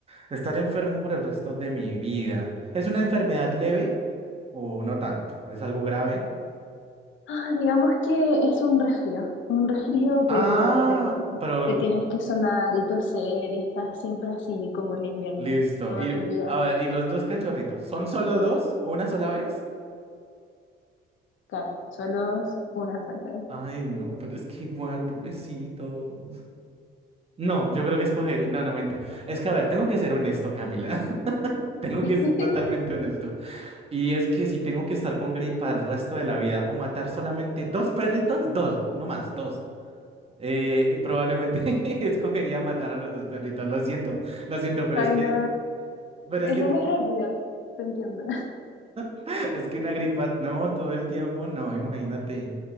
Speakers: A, on the right; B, on the left.
A: estar enfermo por el resto de mi vida. ¿Es una enfermedad leve o no tanto? ¿Es algo grave?
B: Ah, digamos que es un resfrío, un resfrío,
A: Ah,
B: pero, pero
A: pero
B: te tienes que sonar y toser y estás siempre así como en invierno,
A: Listo.
B: toda
A: Y
B: tu vida.
A: a ver, ¿y los dos cachorritos? ¿Son solo dos? ¿O ¿Una sola vez?
B: Claro, solo es una sola vez.
A: Ay, no, pero es que igual, pobrecitos. No, yo creo que escogería. No, no, mente. Es que, a ver, tengo que ser honesto, Camila. <laughs> Tengo
B: <laughs>
A: que ser totalmente honesto. Y es que si tengo que estar con gripa el resto de la vida o matar solamente dos perritos, dos, no más, dos. eh, eh, probablemente <laughs> escogería matar a los dos perritos. Lo siento, lo siento, pero
B: Ay,
A: es que,
B: no,
A: pero
B: es
A: es que,
B: lo más rápido, te entiendo.
A: <laughs> es que una gripa, no, todo el tiempo, no, imagínate.